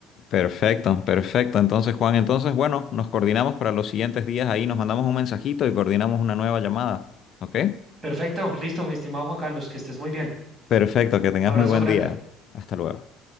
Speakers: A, on the left (about 45°); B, on the right (about 30°).
A: Perfecto, perfecto. Entonces, Juan, entonces, bueno, nos coordinamos para los siguientes días ahí, nos mandamos un mensajito y coordinamos una nueva llamada. ¿Ok?
B: Perfecto, listo, mi estimado Juan Carlos, que estés muy bien.
A: Perfecto, que tengas
B: Abrazo
A: muy buen
B: grande.
A: día. Hasta luego.